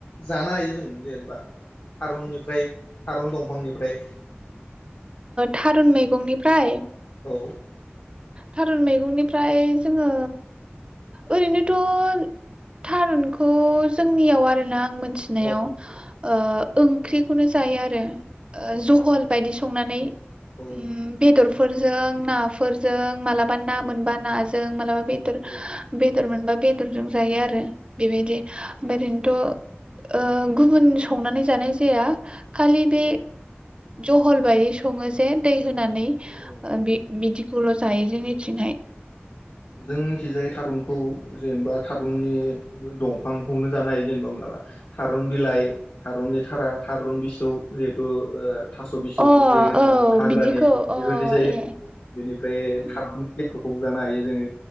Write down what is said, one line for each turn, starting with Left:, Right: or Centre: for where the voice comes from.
Left: जानो हायो जों जेनेबा थारुननिफ्राय थारुन दंफांनिफ्राय
Right: थारुन मैगंनिफ्राय?
Left: औ।
Right: थारुन मैगंनिफ्राय जोङो ओरैनोथ' थारुनखौ जोंनियाव आरोना आं मोनथिनायाव
Left: औ
Right: ओ ओंख्रि खौनो जायो आरो। ओ जहल बायदि संनानै
Left: औ
Right: उम बेदरफोर फोरजों नाफो फोर जों माला बा ना
Left: औ
Right: मोनबा ना ज जों मालाबा बेदर
Left: औ
Right: बे बेदर मोनबा बेदरजों जायो आरो। बेबादिे मेरिन थ' ओ गुबुन संनानै जानाय जाया खालि
Left: औ
Right: बे जहल बायदि सङो जे दै होनानै ओ
Left: औ
Right: बे बिदि सुल' जायो जोंनिथिंहाय।
Left: जोंनिखिजाय थारुनखौ जेनेबा थारुननि दंफांखौनो जानाय जेनेबा मोन थारुन बिलाइ, थारुननि थारा, थारुन बिसौ जिहेथु ओ थास' बिसौ
Right: अ
Left: जे होनना
Right: औ
Left: बुङो हाग्रानि
Right: बिदिखौ अ
Left: बेफोरबादि जायो।
Right: ए
Left: बेनिफ्राय
Right: उम
Left: था
Right: उम
Left: खौबो जानो हायो जोङो।